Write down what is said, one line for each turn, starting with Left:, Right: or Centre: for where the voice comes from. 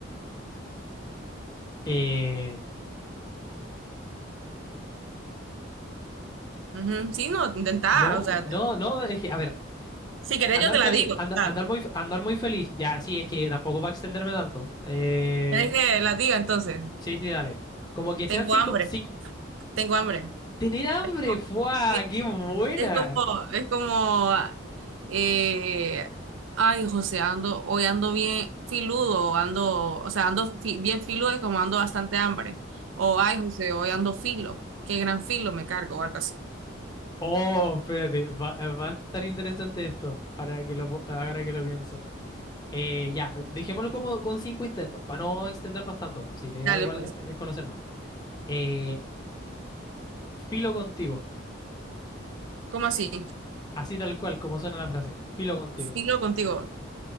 Left: eh,
Right: Ujú, Sí, no, intentá,
Left: no,
Right: o sea,
Left: no, no, es que, a ver,
Right: Si querés,
Left: Andar
Right: yo te
Left: feliz,
Right: la digo.
Left: anda-
Right: o sea,
Left: andar muy, andar muy feliz. Ya, sí, es que tampoco va a extenderme tanto. Eh,
Right: ¿Querés que la diga entonces?
Left: sí, sí, dale. Como que
Right: Tengo
Left: sean cinco,
Right: hambre,
Left: cinco.
Right: tengo hambre.
Left: Tener hambre,
Right: Es como,
Left: ¡fua!
Right: sí,
Left: ¡Qué buena!
Right: es como, es como, eh, ay, José, ando, hoy ando bien filudo, ando, o sea, ando fi- bien filudo, es como ando bastante hambre. O, ay, José, hoy ando filo, qué gran filo me cargo, o algo así.
Left: Oh, espérate, va, va a estar interesante esto. Ahora que lo, po- ahora que lo pienso. Eh, ya, dejémoslo como con cinco intentos, para no extendernos tanto. pues, si la idea
Right: Dale,
Left: igual
Right: pues,
Left: es conocer más. Eh, filo contigo.
Right: ¿cómo así?
Left: Así tal cual, como suena la frase. Filo contigo.
Right: Filo contigo,